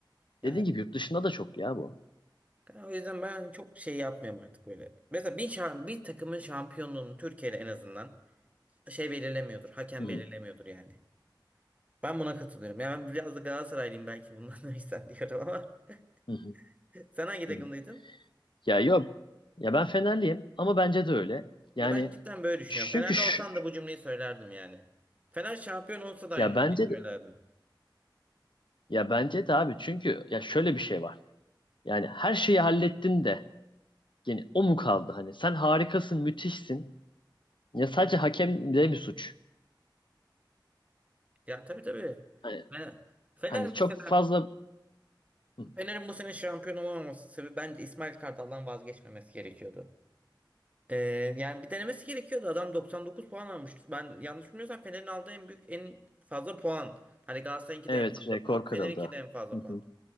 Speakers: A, on the right; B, on the left.
A: yani
B: Dediğin gibi yurt dışında da çok ya bu.
A: o yüzden ben çok şey yapmıyorum artık böyle. Mesela bir, şa- bir takımın şampiyonluğunu Türkiye'de en azından şey belirlemiyordur. Hakem
B: Hı hı,
A: belirlemiyordur yani. Ben buna katılıyorum. Yani ben biraz da Galatasaraylıyım belki bundan <laughs> da diyorum ama.
B: hı hı,
A: <laughs> Sen hangi takımdaydın?
B: hı hı. Ya yok. Ya ben Fenerliyim ama bence de öyle. Yani
A: Ya ben cidden böyle düşünüyorum.
B: çünkü
A: Fenerli
B: şu,
A: olsan da bu cümleyi söylerdim yani. Fener şampiyon olsa da aynı
B: ya
A: cümleyi
B: bence
A: söylerdim.
B: de ya bence de abi çünkü ya şöyle bir şey var. Yani her şeyi hallettin de yani o mu kaldı hani? Sen harikasın, müthişsin. Ya sadece hakem de mi suç.
A: Ya tabii tabii.
B: Hani,
A: Fener, Fener
B: hani çok
A: mesela
B: fazla Hı,
A: Fener'in bu sene şampiyon olamaması sebebi bence İsmail Kartal'dan vazgeçmemesi gerekiyordu. Ee, yani bir denemesi gerekiyordu. Adam 99 puan almıştı. Ben yanlış bilmiyorsam Fener'in aldığı en büyük en fazla puan. Hani Galatasaray'ınki
B: evet
A: de en fazla
B: rekor
A: puan.
B: kırıldı.
A: Fener'inki de en fazla
B: Hı
A: puan.
B: hı,